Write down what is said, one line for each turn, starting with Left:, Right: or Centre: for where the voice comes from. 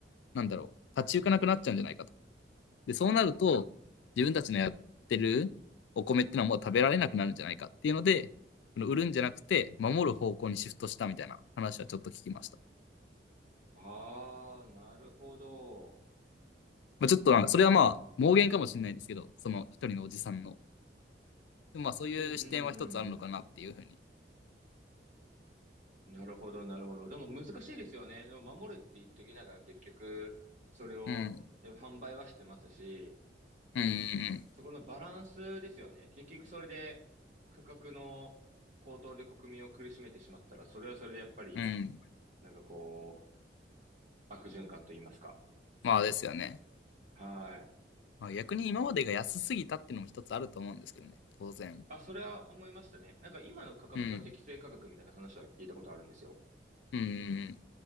Left: う、なんだろう、立ち行かなくなっちゃうんじゃないかと。で、
Right: はい。
Left: そうなると、自分たちのやってるお米ってのはもう食べられなくなるんじゃないかっていうので、この売るんじゃなくて、守る方向にシフトしたみたいな話はちょっと聞きました。
Right: ああ、なるほど。
Left: まあ、ちょっとなんか、それはまあ、妄言かもしれないですけど、その一人のおじさんの。でもまあ、そういう視点は一つあるのかなっていうふうに。
Right: うんうんうんなるほど、なるほど。でも難しいですよね。でも守るって言っときながら結局、それをえ販売はしてますし、
Left: うん。うんうん
Right: そこのバランスですよね。結局それで価格の高騰で国民を苦しめてしまったら、それはそれでやっぱり、
Left: うん。うん
Right: なんかこう、悪循環と言いますか。
Left: まあですよね。
Right: はい。
Left: まあ、逆に今までが安すぎたっていうのも一つあると思うんですけどね。当然。
Right: あ、それは思いましたね。なんか今の価格が適正価格みたいな話は聞いたことあるんですよ。
Left: うん。うんうんうん。